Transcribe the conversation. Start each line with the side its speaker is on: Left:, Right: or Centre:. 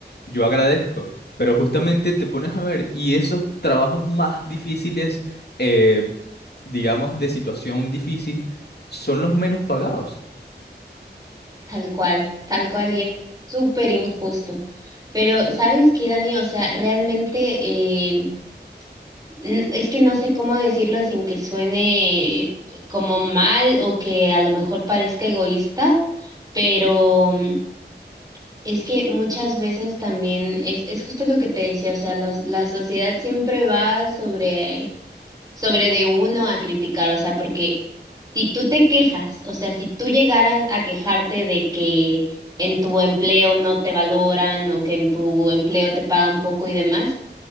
Left: yo agradezco. Pero justamente te pones a ver, y esos trabajos más difíciles, eh, digamos, de situación difícil, son los menos pagados.
Right: tal cual, tal cual, y es súper injusto. Pero, ¿sabes qué, Dani? O sea, realmente eh, n- es que no sé cómo decirlo sin que suene como mal o que a lo mejor parezca egoísta, pero mm, es que muchas veces también es, es justo lo que te decía, o sea, los- la sociedad siempre va sobre sobre de uno a criticar, o sea, porque si tú te quejas, o sea, si tú llegaras a quejarte de que en tu empleo no te valoran o que en tu empleo te pagan poco y demás,